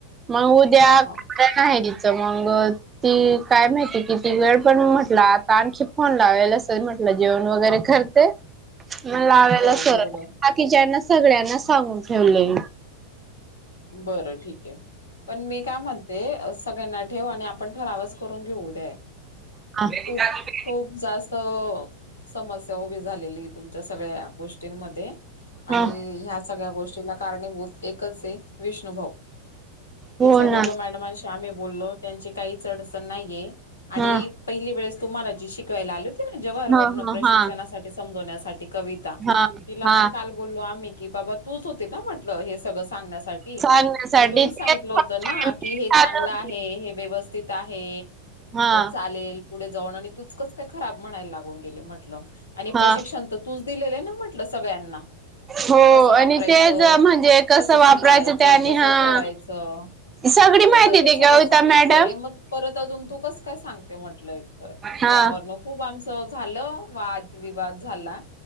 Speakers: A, on the right; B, on the left.
A: मग उद्या
B: हा हा
A: आहे तिचं मग... ती काय माहिती किती वेळ पण म्हटलं आता आणखी फोन लावाल असेल म्हटलं जेवण वगैरे कर... ते म लावाला
B: हो
A: सर
B: बरोबर
A: बाकीच्याना सगळ्यांना सांगून ठेवले..
B: बरं ठीक आहे पण मी काय म्हणते सगळ्यांना ठेव आणि... आपण ठरावच करून घेऊ उद्या...
A: <unintelligible>
B: खूप खूप जास्त समस्या उभी झालेली तुमच्या सगळ्या गोष्टींमध्ये. आणि
A: हा
B: ह्या सगळ्या गोष्टीला कारणीभूत एकच आहे विष्णुभाऊ!
A: हो
B: तिथल्या दोघं
A: ना
B: मॅडमांशी आम्ही बोललो त्यांची काही आडचण नाहीये आणि
A: हा
B: पहिली वेळेस तुम्हाला जी शिकायला आली होती ना जव्हर
A: हां,
B: वर्ण
A: हां,
B: प्रशिक्षणासाठी
A: हां,
B: समजवण्यासाठी. कविता
A: हां,
B: तिला
A: हां.
B: पण काल बोललो आम्ही की बाबा तूच होते ना म्हटलं हे सगळं सांगण्यासाठी.
A: सांगण्यासाठी
B: आणि तु
A: तेच
B: सांगितलं होत
A: फक्त
B: ना
A: आमची
B: की हे
A: चालू
B: चांगलं
A: होती.
B: आहे. हे व्यवस्थित आहे
A: हां,
B: चालेल पुढे जाऊन आणि तुचकस काय खराब म्हणायला लाग गेले म्हटलं आणि
A: हां.
B: प्रशिक्षण तर तूच दिलेलं आहे ना म्हटलं सगळ्यांना.
A: हो
B: कस वापरायचं
A: आणि तेच म्हणजे
B: कसं
A: वापरायचं
B: सांभाळायचं.
A: ते आणि
B: कस
A: हां.
B: ठेवायचं
A: सगळी
B: तू
A: माहिती
B: जर हे
A: देते
B: सगळं
A: कविता
B: सांगितलंय,
A: मॅडम.
B: मग परत अजून तू कसं काय सांगते म्हटलं एक तर.
A: हां,
B: यावरन खूप आमचं झालं वाद विवाद झाला.